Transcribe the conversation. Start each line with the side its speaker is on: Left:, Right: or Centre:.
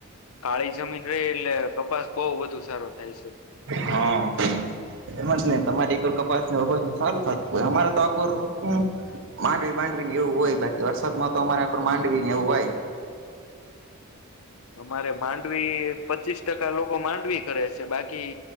Left: કાળી જમીન રહી એટલે કપાસ બહુ વધુ સારો થાય છે.
Right: હા. એમાં જ ને તમારી એકર કપાસની વપાસ સારું થતું હોય અમારે તો આકોર હું માંડવી બાંડવી ને એવું હોય બાકી વરસાદ માં તો અમારે પણ માંડવીને એવું હોય.
Left: અમારે માંડવી પચીસ ટકા લોકો માંડવી કરે છે. બાકી